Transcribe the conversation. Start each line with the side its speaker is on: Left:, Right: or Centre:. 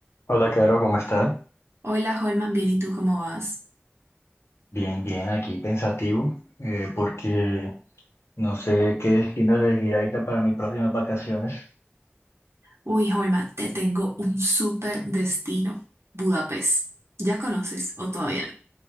Left: Hola, Caro, ¿cómo estás?
Right: Hola Holman, bien, ¿y tú cómo vas?
Left: Bien, bien, aquí pensativo, eh, porque no sé qué destino elegir ahorita para mis próximas vacaciones.
Right: Uy, Holman, te tengo un súper destino, Budapest. ¿Ya conoces o todavía